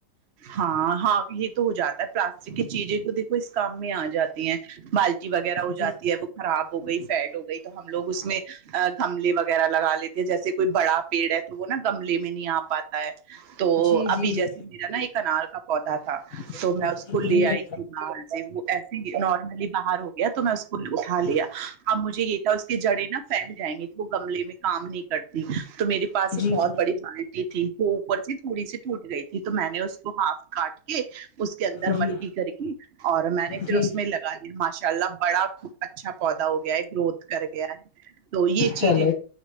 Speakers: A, on the right; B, on the left.
A: ہاں ہاں یہ تو ہو جاتا ہے پلاسٹک کی چیزیں کو دیکھو اس کام میں آ جاتی ہیں بالٹی وغیرہ ہو
B: جی
A: جاتی ہے وہ خراب ہو گئی فیڈ ہو گئی تو ہم لوگ اس میں گملے وغیرہ لگا لیتے ہیں جیسے کوئی بڑا پیڑ ہے تو وہ نا گمل میں نہیں آ پاتا ہے تو
B: جی جی
A: ابھی جیسے نا ایک انار کا پودا تھا
B: جی
A: تو میں اس کو لے آئی تھی باہر سے وہ ایسے نارملی باہر ہو گیا تو میں اس کو اٹھا لیا اب مجھے یہ تھا اس کے جڑے نا پھیل جائیں گے وہ گملے میں کام نہیں کر کرتی تو میرے پاس
B: جی
A: ایک بہت
B: جی جی
A: بڑی بالٹی تھی جو اوپر سے تھوڑی سی ٹوٹ گئی تھی میں نے اس کو ہاف کاٹ کے اس کے اندر
B: جی
A: مٹی کر کے اور میں نے پھر
B: جی
A: اس میں لگا دیا ماش ان شاء اللہ بڑا اچھا پودا ہو گیا ہے گروتھ کر گیا ہے تو یہ چیزیں
B: چلو